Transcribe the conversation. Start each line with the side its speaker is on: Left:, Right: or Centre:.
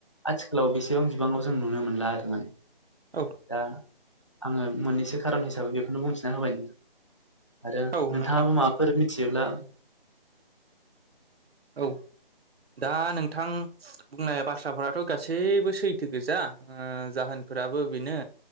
Left: आथिखालाव बेसेबां बिबाङाव जों नुनो मोनला आरोना।
Right: औ
Left: दा आङो मोननैसो खारन हिसाबै बेखौनो बुंथिना होबाय। आरो
Right: औ
Left: नोंथाङाबो
Right: नोंथां
Left: माबाफोर मिथियोब्ला
Right: औ। दा नोंथां बुंनाय बाथ्राफोराथ' गासैबो सैथो गोजा ओ जाहोन फोराबो बेनो